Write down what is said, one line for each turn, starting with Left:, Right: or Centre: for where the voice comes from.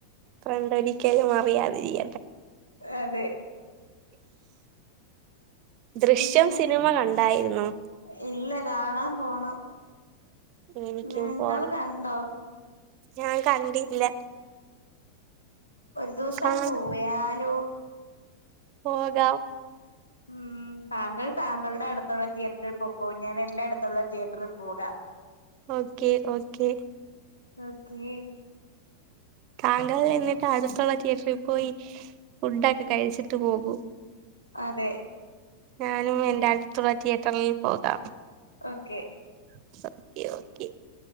Right: ഫ്രണ്ടൊരിക്കലും അറിയാതിരിഗ
Left: അതെ
Right: ദൃശ്യം
Left: പിന്നെ
Right: സിനിമ കണ്ടായിരുന്നൊ?
Left: ഇല്ല കാണാൻ പോണം.
Right: എനിക്കും
Left: നിങ്ങൾ
Right: പോണം
Left: കണ്ടോ?
Right: ഞാൻ കണ്ടില്ല.
Left: ഒരു ദിവസം
Right: കാണാം
Left: പോയാലോ?
Right: പോകാം.
Left: ഉം താങ്കൾ താങ്കളുടെ അടുത്തുള്ള തിയേറ്ററി പൊക്കോ. ഞാൻ എന്റെ അടുത്തുള്ള തിയേറ്ററിൽ പോകാം.
Right: ഓക്കെ ഓക്കേ
Left: ഓക്കേ
Right: താങ്കൾ എന്നിട്ട് അടുത്തുള്ള തിയേറ്ററി പോയി ഫുഡൊക്കെ കഴിച്ചിട്ട് പോകൂ.
Left: അതെ
Right: ഞാനും എന്റെ അടുത്തുള്ള തിയേറ്ററിൽ പോകാം.
Left: ഓക്കെ
Right: <unintelligible> ഓക്കേ ഓക്കേ